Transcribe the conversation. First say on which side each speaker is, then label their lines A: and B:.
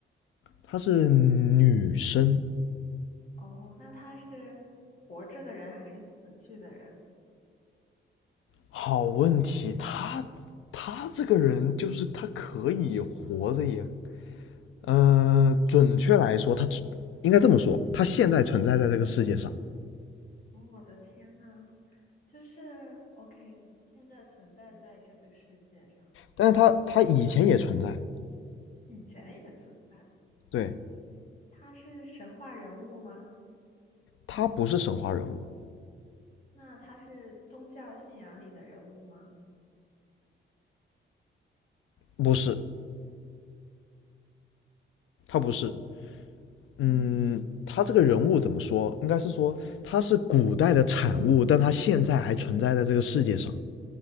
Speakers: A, on the left; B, on the left.
A: 她是女生，
B: 哦，那他是活着的人还是死去的人？
A: 好问题，她，他这个人就是他可以活着也，呃，准，准确来说，她应该这么说，她现在存在在这个世界上，
B: 哦，我的天呐，就是 OK，现在存在在这个世界上，
A: 但是她她以前也存在。
B: 以前也存在。
A: 对，
B: 他是神话人物吗？
A: 她不是神话人物，
B: 那他是宗教信仰里的人物吗？
A: 不是，她不是，嗯，
B: 嗯，
A: 他这个人物怎么说？应该是说他是古代的产物，但他现在还存在在这个世界上。